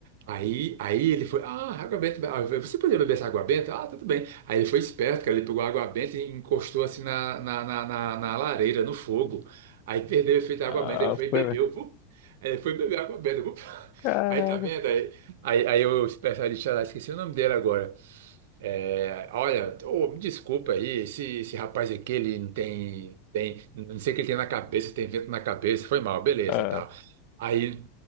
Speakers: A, on the right (about 70°); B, on the left (about 55°).
A: Aí, aí ele foi, ah, água benta, Ah, eu falei, você podia beber essa água benta? Ah, tudo bem. Aí ele foi esperto, cara, ele pegou a água benta e encostou assim na, na, na, na, na lareira, no fogo. Aí perdeu o efeito da
B: ah
A: água benta, ele foi e
B: foi,
A: bebeu, vup. Aí ele foi beber água benta, vup. <laughs>
B: caraca.
A: Aí tá vendo? Aí, aí, aí eu esperto ali, sei lá, esqueci o nome dele agora. É, olha, ô, me desculpa aí, esse, esse rapaz aqui, ele não tem, tem, não sei o que ele tem na cabeça, tem vento na cabeça, foi mal, beleza,
B: Ah,
A: tal. Aí,